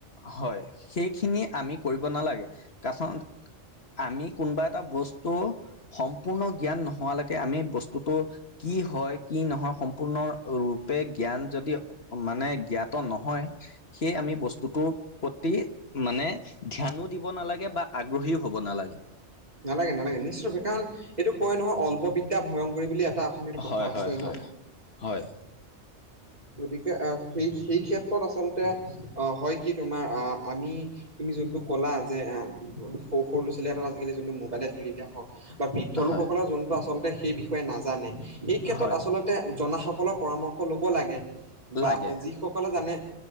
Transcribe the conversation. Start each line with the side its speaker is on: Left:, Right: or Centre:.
Left: হয়, সেইখিনি আমি কৰিব নালাগে। তাৰপাছত আমি, কোনোবা এটা বস্তু, সম্পূৰ্ণ জ্ঞান নোহোৱালৈকে, আমি বস্তুটো কি হয়, কি নহয়! সম্পূৰ্ণ ৰূপে জ্ঞান যদি মানে, জ্ঞাত নহয়। সেই, আমি বস্তুটোৰ প্ৰতি মানে, ধ্যানো দিব নালাগে বা আগ্ৰহীও হ'ব নালাগে।
Right: নালাগে, নালাগে, নিশ্চয়ৰূপে। কাৰণ, এইটো কয় নহয়! অল্প বিদ্যা ভয়ংকৰী বুলি এটা। অসমীয়াত কথা
Left: হয়,
Right: আছেই
Left: হয়, হয়,
Right: ন
Left: হয়।
Right: গতিকে, এ, সেই, সেই ক্ষেত্ৰত আচলতে, অ'! হয়, কি তোমাৰ, আঁ আমি তুমি যোনটো ক'লা যে, এ, সৰু-সৰু ল'ৰা-ছোৱালী হাতত আজিকালি, যোনটো মোবাইলে তুলি দিয়া হওঁক বা বৃদ্ধ
Left: হয়
Right: লোকসকলে, যোনটো আচলতে সেই বিষয়ে নাজানে। এই ক্ষেত্ৰত
Left: হয়
Right: আচলত আচলতে, জনাসকলৰ পৰামৰ্শ ল'ব লাগে। বা
Left: লাগে
Right: যি সকলে জানে!